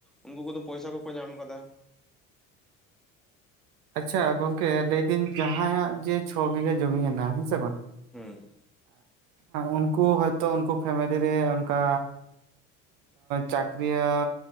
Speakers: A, in the centre; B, on the right.
A: ᱩᱱᱠᱩ ᱠᱚᱫᱚ ᱯᱚᱭᱥᱟ ᱠᱚᱠᱚ ᱧᱟᱢ ᱟᱠᱟᱫᱟ᱾
B: ᱟᱪᱷᱟ ᱜᱚᱝᱠᱮ ᱞᱟᱹᱭ ᱫᱟᱹᱧ ᱡᱟᱦᱟᱸᱭᱟᱜ ᱡᱮ ᱪᱷᱚ ᱵᱤᱜᱷᱟᱹ ᱡᱚᱢᱤ ᱢᱮᱱᱟᱜᱼᱟ ᱦᱮᱸᱥᱮ ᱵᱟᱝ,
A: ᱦᱮᱸ
B: ᱩᱱᱠᱩ ᱦᱚᱭ ᱛᱚ ᱩᱱᱠᱩ ᱯᱷᱮᱢᱮᱞᱤ ᱨᱮ ᱚᱱᱠᱟ ᱪᱟᱹᱠᱨᱤᱭᱟ